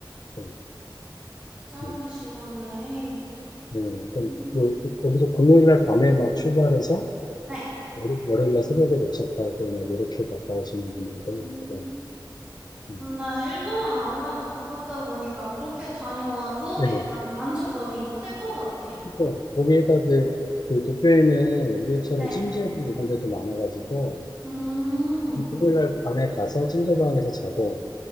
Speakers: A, on the left (about 55°); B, on the right (about 15°).
A: 네,
B: 짧은
A: 네.
B: 시간 내에.
A: 네, 그럼
B: 음,
A: 뭐, 거기서 금요일 날 밤에 막 출발해서
B: 네.
A: 월요- 월요일날 새벽에 도착하고 막 이렇게 갔다 오시는 분들도
B: 음.
A: 있고요. 음.
B: 근데 일본은 아무래도 가깝다 보니까 그렇게 다녀와도
A: 예.
B: 약간 만족감이 클 것 같아요.
A: 그래서 거기에다 이제 그 도쿄에는 우리처럼
B: 네.
A: 찜질 이런 데도 많아가지고
B: 음,
A: 금요일날 밤에 가서 찜질방에서 자고